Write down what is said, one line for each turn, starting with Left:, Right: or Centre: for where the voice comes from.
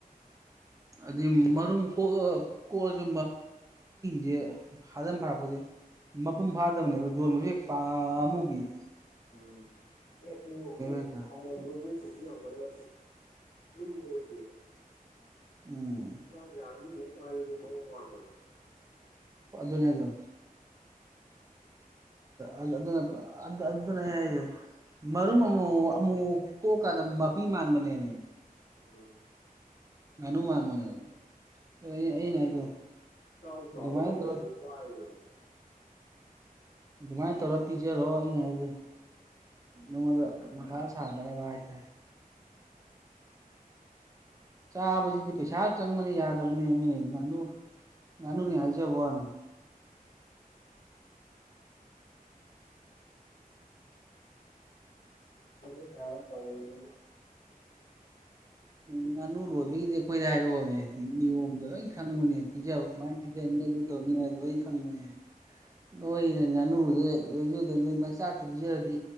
Right: ꯑꯗꯨꯗꯤ ꯃꯔꯨꯝ ꯀꯣꯛꯑ ꯀꯣꯛꯑꯁꯨ ꯁꯦ ꯍꯥꯗ ꯐꯥꯔꯛꯄꯁꯦ ꯃꯄꯨꯡ ꯐꯥꯗꯕꯅꯦꯕ ꯌꯣꯟꯕꯁꯨ ꯍꯦꯛ ꯄꯥ ꯑꯃꯨꯕꯤꯌꯦ
Left: ꯎꯝꯗꯤ
Right: ꯍꯦꯛꯇ
Left: ꯑꯃꯣꯝ ꯁꯨ ꯌꯥꯝ ꯀꯟꯅ ꯂꯨꯝꯕ ꯑꯣꯏꯗꯦꯕ
Right: ꯎꯝ
Left: ꯌꯥ ꯌꯥ ꯃꯤꯅꯦ ꯍꯦꯛ ꯄꯥꯏꯕꯁꯨ ꯃꯑꯣꯡ ꯃꯥꯟꯗꯕ
Right: ꯑꯗꯨ ꯑꯗꯨꯅꯦꯗ ꯑꯗꯨꯅ ꯑꯗꯨ ꯑꯗꯨ ꯑꯗꯨꯅꯦ ꯍꯥꯏꯖꯦ ꯃꯔꯨꯝ ꯑꯃꯨ ꯑꯃꯨꯛ ꯀꯣꯛ ꯀꯟꯗ ꯃꯄꯤ ꯃꯥꯟꯕꯅꯦ ꯃꯦ
Left: ꯎꯝ
Right: ꯉꯅꯨ ꯃꯥ ꯃꯅꯦ ꯑꯗꯨꯅꯦ
Left: ꯅꯠꯇ꯭ꯔꯗꯤ
Right: ꯑꯩꯅꯥ ꯍꯥꯏꯗꯣ
Left: ꯏꯇꯥꯎ
Right: ꯑꯗꯨꯃꯥꯏ
Left: ꯇꯥꯎꯔ ꯂꯩꯕ
Right: ꯊꯣ
Left: ꯑꯩꯗꯤ ꯄꯥꯏꯔꯨꯔꯅꯤ
Right: ꯑꯗꯨꯃꯥꯏꯅ ꯇꯧꯔ ꯄꯤꯖꯔꯣ ꯑꯗꯨ ꯅꯦ ꯑꯩꯅ ꯍꯥꯏꯁꯦ ꯅꯪ ꯉꯣꯟꯗꯥ ꯃꯊꯥ ꯁꯥꯗꯅꯕ ꯍꯥꯏ ꯇꯦꯔꯦ꯫ ꯆꯥꯕꯁꯤꯗꯤ ꯄꯩꯁꯥ ꯆꯪꯕꯅꯤ ꯌꯥꯗꯕꯅꯦꯃꯤ ꯉꯥꯅꯨ ꯉꯥꯅꯨꯅꯦ ꯍꯥꯏꯖꯕ ꯋꯥꯅꯦ
Left: ꯎꯦ ꯁ ꯍ ꯇꯧꯅꯤ
Right: ꯉꯥꯅꯨ ꯂꯣꯏꯕꯒꯤꯗꯤ ꯑꯩꯈꯣꯏꯗ ꯍꯥꯏꯔꯛꯑꯣꯃꯦ ꯅꯤꯌꯣꯝꯗꯣ ꯑꯩ ꯈꯪꯕꯅꯦ ꯄꯤꯖꯕ ꯀꯃꯥꯏꯅ ꯄꯤꯖꯅꯤ ꯑꯗꯨ ꯇꯧꯅꯤ ꯑꯗꯨ ꯑꯩ ꯈꯪꯕꯅꯦ ꯅꯣꯏ ꯉꯥꯅꯨꯗ ꯂꯣꯏꯖꯗ ꯅꯣꯏ ꯃꯆꯥꯛꯇ ꯄꯤꯖꯔꯗꯤ